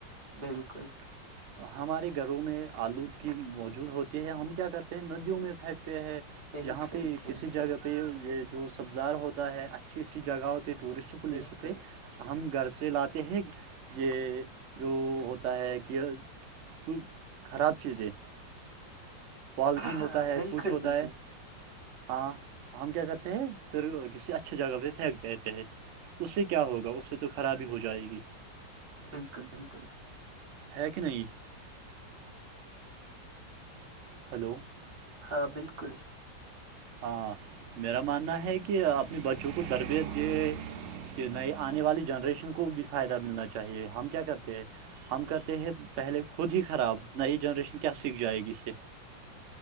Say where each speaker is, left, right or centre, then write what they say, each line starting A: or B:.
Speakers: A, on the right; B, on the right.
A: بالکل
B: <inaudible> ہمارے گھروں میں آلودگی موجود ہوتی ہے ہم کیا کرتے ہیں ندیوں میں پھینکتے ہیں
A: بالکل
B: جہاں پہ
A: بالکل
B: کسی جگہ پرہ یہ جو سبزار ہوتا ہے اچھی اچھی جگہوں پہ ٹورسٹ پلیسوں
A: بالکل
B: پہ ہم گھر سے لاتے ہیں یہ جو ہوتا ہے کہ کھ خراب چیز ہے پالیتھین
A: ہاں
B: ہوتا ہے
A: بالکل
B: کچھ ہوتا
A: بالکل
B: ہے ہاں ہم کیا کرتے ہیں پھر کسی اچھی جگہ پہ پھینک دیتے ہیں اس سے کیا ہوگا اس سے تو خرابی ہو جائے گی
A: بالکل بالکل
B: ہے کہ نہیں ہلو
A: ہاں بالکل
B: ہاں میرا ماننا ہے کہ اپنے بچوں کو تربیت دے کہ نہیں آنے والی جنریشن کو بھی فائدہ ملنا چاہیے ہم کیا کرتے ہیں ہم کرتے ہیں پہلے خود ہی خراب نئی جنریشن کیا سیکھ جائے گی سے